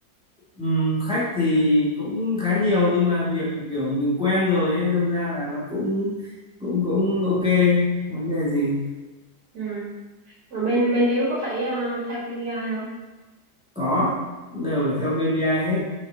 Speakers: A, in the centre; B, on the right.
A: ừ, khách thì cũng khá nhiều nhưng mà việc kiểu mình quen rồi ấy đâm ra là nó cũng cũng cũng ok vấn đề gì
B: Ừ. Mà bên bên Hiếu có phải ờ, theo KPI không?
A: có đều phải theo KPI hết